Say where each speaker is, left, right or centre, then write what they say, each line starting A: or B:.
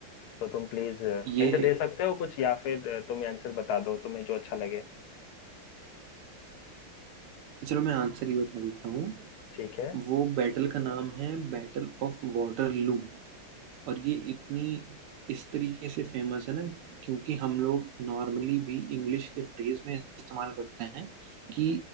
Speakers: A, on the left; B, on the right.
A: तो तुम प्लीज
B: ये
A: हिंट दे सकते हो कुछ या फिर तुम आंसर बता दो तुम्हें जो अच्छा लगे
B: चलो मैं आंसर ही बता देता हूँ
A: ठीक है
B: वो बैटल का नाम है बैटल ऑफ वाटरलू और ये इतनी इस तरीके से फेमस है ना क्योंकि हम लोग नॉर्मली भी इंग्लिश के फ्रेज में इस्तेमाल करते हैं कि